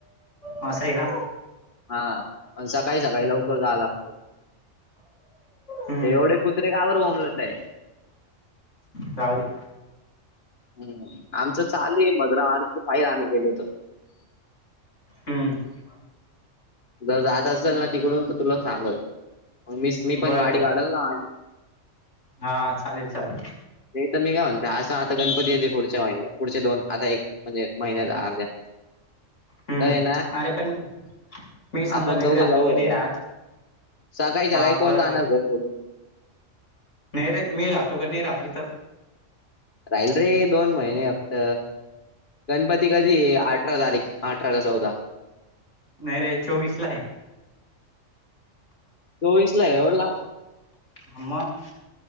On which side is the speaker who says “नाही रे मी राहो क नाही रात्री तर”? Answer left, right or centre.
Left